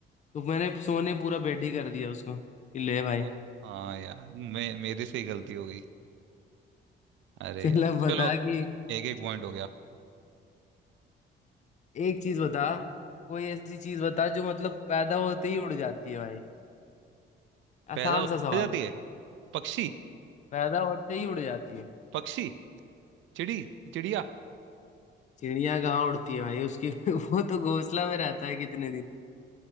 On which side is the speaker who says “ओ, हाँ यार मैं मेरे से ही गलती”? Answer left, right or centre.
Right